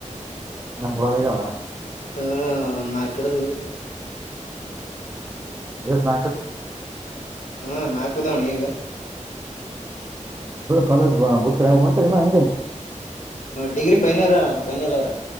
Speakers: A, on the right; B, on the left.
A: ಏನ ಗವಾ
B: ಹಾ ನಾಕಡದವಿ
A: <unintelligible>
B: ಹ ನಾಕ್ ಬಿದ್ದಾವಣ ಈಗ
A: ಕಾಲೇಜ್ ವ ಬಿಟ್ರೆ ಹೊಂಟ್ರರಿ ನ ಹಂಗೆ
B: ಡಿಗ್ರಿ ಫೈನ ಇರ್ ಫೈನಲ್ ಇಯರ್